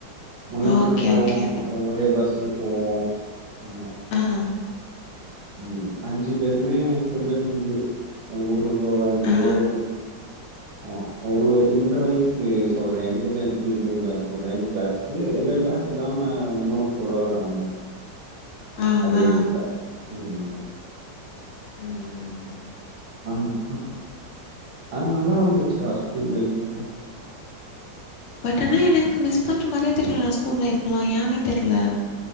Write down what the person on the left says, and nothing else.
ஓகே
ஓகே
ஆ
ஆ ஆ
ஆ
ஆ
ம்
பட் ஆனா எனக்கு
மிஸ் பண்ற மாரியே தெரில ஸ்கூல் லைஃப்லா ஏன்னே தெர்ல